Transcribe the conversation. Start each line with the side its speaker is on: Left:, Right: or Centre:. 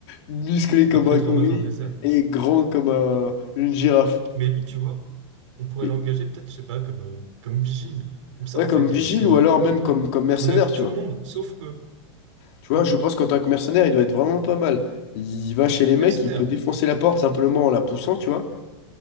Left: musclé
Right: Après
Left: comme un
Right: trois
Left: gorille
Right: mois dans le désert.
Left: et grand comme un- une girafe.
Right: Mais lui, tu vois, on pourrait
Left: Mais-
Right: l'engager peut-être, je sais pas, comme, euh, comme vigile. Comme ça,
Left: ouais,
Right: on fait
Left: comme
Right: des
Left: vigile
Right: soirées
Left: ou alors
Right: trop
Left: même
Right: cool.
Left: comme, comme mercenaire,
Right: On invite
Left: tu
Right: tout
Left: vois.
Right: le monde, sauf eux.
Left: Tu
Right: Comme
Left: vois, je
Right: quoi?
Left: pense qu'en tant que mercenaire, il doit être vraiment pas mal. Il va chez les
Right: mercenaire.
Left: mecs, il peut défoncer la porte simplement en la poussant, tu vois.